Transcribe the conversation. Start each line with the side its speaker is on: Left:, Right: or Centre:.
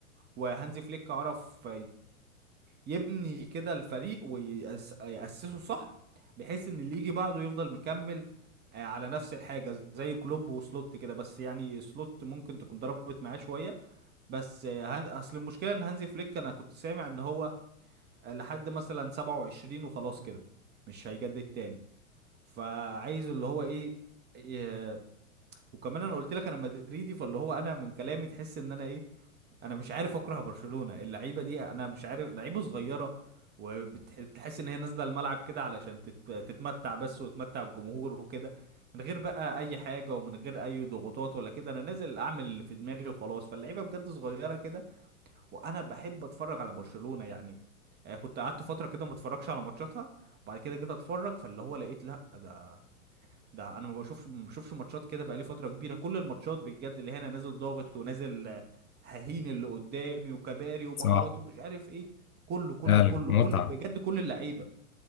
Right: وهانزي فليك عرف يبني كده الفريق ويأسسه صح بحيث ان اللي يجي بعده يفضل مكمل آه، على نفس الحاجة زي كلوب وسلوت كده بس يعني سلوت ممكن تكون ضربت معاه شوية بس آه، هن... اصل المشكلة ان هانزي فليك انا كنت سامع ان هو آه، لحد مثلا 27 وخلاص كده مش هيجدد تاني فعايز اللي هو ايه, إيه... وكمان انا قلت لك انا مدريدي فاللي هو انا من كلامي تحس ان انا ايه انا مش عارف اكره برشلونة اللعيبة دي انا مش عارف لعيبة صغيرة وبتحس ان هي نازلة الملعب كده علشان تت- تتمتع بس وتمتع الجمهور وكده من غير بقى اي حاجة ومن غير اي ضغوطات ولا كده انا نازل اعمل اللي في دماغي وخلاص فاللعيبة بجد صغيرة كده وانا بحب اتفرج على برشلونة يعني آه، كنت قعدت فترة كده ما اتفرجش على ماتشاتها وبعد كده جيت اتفرج فاللي هو لقيت لا ده ده انا ما بشوفش ما بشوفش ماتشات كده بقالي فتره كبيره كل الماتشات بجد اللي هنا نازل ضاغط ونازل آه، ههين اللي قدامي وكباري ومهارات
Left: صح
Right: ومش عارف ايه كله كله
Left: فعلا
Right: كله
Left: متعة
Right: كل بجد كل اللعيبه